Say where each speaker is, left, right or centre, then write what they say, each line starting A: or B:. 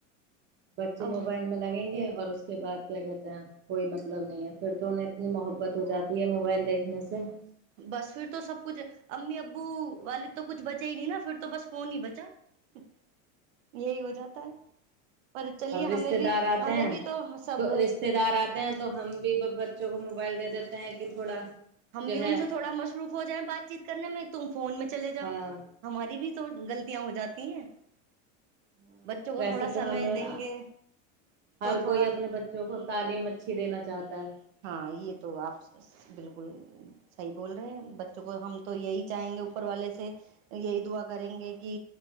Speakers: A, on the right; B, on the right.
A: بچے
B: اب
A: موبائل میں لگیں گے <unintelligible> اور اس کے بعد کیا کہتے ہیں کوئی مطلب نہیں ہے <unintelligible> پھر تو انہیں اپنی محبت <unintelligible> تو جاتی ہے موبائل دیکھنے سے <unintelligible>
B: بس پھر تو سب کچھ امی ابو <unintelligible> بو والد تو کچھ بچے ہی نہیں نا پھر <unintelligible> تو بس فون ہی بچا <unintelligible> یہی ہو جاتا ہے <unintelligible> چلیے
A: اب رشتے
B: ہمیں بھی
A: دار آتے
B: ہمیں
A: ہیں
B: بھی سب
A: تو رشتے دار آتے ہیں تو ہم بھی بچوں کو موبائل دے دیتے <unintelligible> کہ تھوڑا <unintelligible>
B: ہم بھی
A: ہے
B: ان سے تھوڑا مصروف ہو جائیں بات چیت کرنے میں تم فون میں چلے جاؤ
A: ہاں
B: ہماری بھی تو غلطیاں ہو جاتی ہیں <unintelligible>
A: ہاں
B: بچوں کو
A: ویسے
B: تھوڑا
A: تو
B: سمے
A: ہمیں
B: دیں گے
A: ہر
B: تو تھوڑا
A: کوئی اپنے بچوں کو تعلیم اچھی دینا چاہتا ہے
B: ہاں یہ تو آپ بالکل صحیح بول رہے ہیں بچوں کو ہم تو یہی چاہیں گے اوپر والے سے یہی دعا کریں گے کہ